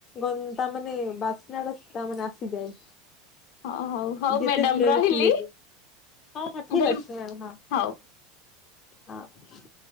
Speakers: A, on the left; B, on the left.
A: ଗନ୍ତା ମାନେ ବାସ୍ନାଡା ତା ମାନେ ଆସିଯାଏ।
B: ହଉ ହଉ ହଉ
A: ଯେତେ
B: ମ୍ୟାଡାମ
A: ଦୂରରେ
B: ରହିଲି
A: ଥିଲେବି। ହଁ ହଁ
B: ମୁଁ
A: ଠିକ
B: କହିଲି
A: ଅଛି ମ୍ୟା
B: ହଉ।
A: ହଁ ହଁ।